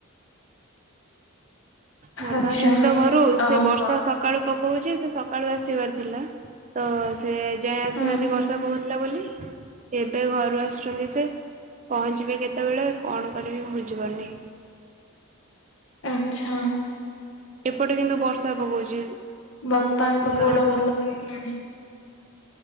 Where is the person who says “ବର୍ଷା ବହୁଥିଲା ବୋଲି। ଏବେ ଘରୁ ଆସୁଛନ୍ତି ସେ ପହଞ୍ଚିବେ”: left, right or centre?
Right